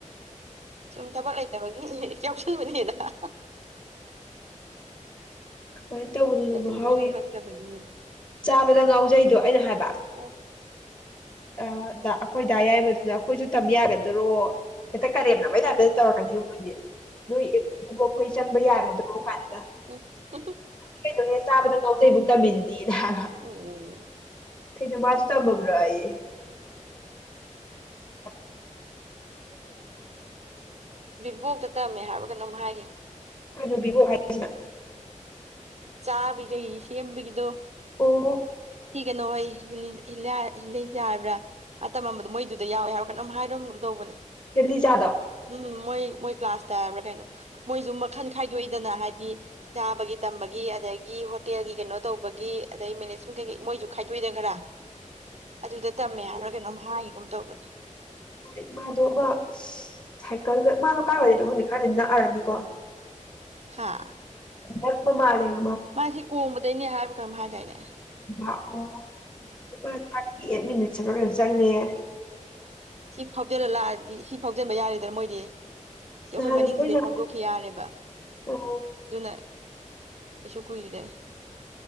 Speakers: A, on the right; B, on the left.
A: ꯁꯨꯝ ꯊꯕꯛ ꯂꯩꯇꯕꯒꯤ <unintelligible>
B: ꯁꯨꯃꯥꯏꯅ ꯇꯧꯕꯗꯅ
A: ꯀꯩꯗꯧꯗꯣꯏꯅꯣ
B: ꯃꯍꯥꯎꯋ
A: ꯈꯪꯗꯕꯒꯤꯅ
B: ꯆꯥꯕꯗ ꯉꯥꯎꯖꯩꯗꯣ ꯑꯩꯅ ꯍꯥꯏꯕ
A: ꯎꯝ
B: ꯑ ꯑꯩꯈꯣꯏꯗꯥ ꯑꯌꯥꯏꯕꯗꯨꯗ ꯑꯩꯈꯣꯏꯁꯨ ꯇꯝ ꯌꯥꯒꯗꯔꯣ ꯍꯦꯛꯇ ꯀꯔꯦꯝꯅꯕꯩ ꯇꯥꯏꯕꯇ ꯇꯧꯔꯛꯀꯅꯤ ꯃꯣꯏꯗꯤ <unintelligible> ꯌꯥꯒꯗ꯭ꯔꯣ ꯀꯥꯏꯅꯒ
A: ꯎꯝ ꯎꯝ
B: ꯀꯩꯅꯣꯍꯦ ꯆꯥꯕꯗ ꯉꯥꯎꯖꯩꯕꯨꯛ ꯇꯝꯃꯤꯗꯨꯗꯤꯅ ꯍꯥꯏꯕ
A: ꯎꯝ꯫
B: ꯀꯩꯅꯣ ꯃꯁꯨ ꯇꯝꯃꯥꯕꯔꯥꯌꯦ ꯫ <unintelligible>
A: ꯕꯤꯕꯣꯛꯇ ꯇꯝꯃꯦ ꯍꯥꯏꯕ ꯀꯩꯅꯣꯝ ꯍꯥꯏꯒꯤꯝ
B: ꯀꯩꯅꯣꯕꯤꯕꯣ ꯍꯥꯏꯁꯤꯅ?
A: ꯆꯥꯕꯤꯈꯩ ꯁꯦꯝꯔꯕꯒꯤꯗꯣ
B: ꯑꯣ꯫
A: <unintelligible> ꯇꯝ ꯃꯝ ꯕꯗꯣ ꯃꯣꯏꯗꯨꯗ ꯌꯥꯎꯋꯦ ꯍꯥꯏꯔ ꯀꯅꯣꯝ ꯍꯥꯏꯔꯝꯒꯨꯝ ꯇꯧꯕꯅꯦ
B: ꯍꯦꯂꯤꯖꯥꯗꯣ
A: ꯎꯝ ꯃꯣꯏ - ꯃꯣꯏ ꯀ꯭ꯂꯥꯁ ꯇꯕꯔ ꯀꯩꯅꯣ ꯃꯣꯏꯁꯨ ꯃꯈꯟ ꯈꯥꯏꯗꯣꯛꯏꯗꯅ ꯍꯥꯏꯗꯤ ꯆꯥꯕꯒꯤ ꯇꯝꯕꯒꯤ ꯑꯗꯒꯤ ꯍꯣꯇꯦꯜꯒꯤ ꯀꯩꯅꯣ ꯇꯧꯕ ꯒꯤ ꯑꯗꯩ ꯃꯦꯅꯦꯖꯃꯦꯟ ꯀꯩꯀꯩ ꯃꯣꯏꯁꯨ ꯈꯥꯏꯗꯣꯛꯏꯗꯅ ꯈꯔ ꯑꯗꯨꯗ ꯇꯝꯃꯦ ꯍꯥꯏꯔ ꯀꯩꯅꯣꯝ ꯍꯥꯏꯒꯨꯝ ꯇꯧꯕꯅꯤ
B: ꯍꯣꯏ ꯃꯥꯗꯣ ꯑꯃ ꯁꯥꯏꯀꯜꯗ ꯃꯥꯗꯣ ꯀꯥꯏꯕꯗꯗꯣꯗꯤ ꯈꯔꯗꯤ ꯅꯛꯑꯔꯅꯤꯀꯣ
A: ꯍꯥꯥ꯫
B: ꯅꯛꯄ ꯃꯜꯂꯦꯕꯥ
A: ꯃꯁꯤ ꯀꯣꯡꯕꯗꯩꯅꯤ ꯍꯥꯏ ꯀꯔꯝ ꯍꯥꯏꯗꯏꯅ
B: ꯂꯥꯛꯑꯣ ꯑꯗꯨꯒ ꯑꯦꯠ ꯃꯤꯅꯤꯠꯁ ꯈꯔꯥ ꯆꯉꯥ
A: ꯁꯤ ꯐꯥꯎꯖꯤꯜꯂ ꯂꯥꯛꯑꯗꯤ ꯁꯤ ꯐꯥꯎꯖꯤꯟꯕ ꯌꯥꯔꯦꯗꯅ ꯃꯣꯏꯗꯤ ꯁꯤ ꯑꯩꯈꯣꯏ
B: ꯅꯍꯥꯟ
A: ꯃꯅꯤꯡꯁꯤꯗꯩ
B: ꯑꯩꯈꯣꯏꯅ
A: ꯐꯥꯎꯗꯣꯛꯈꯤ ꯌꯥꯔꯦꯕ
B: ꯑꯥ
A: ꯑꯗꯨꯅ ꯑꯩꯁꯨ ꯀꯨꯏꯔꯦ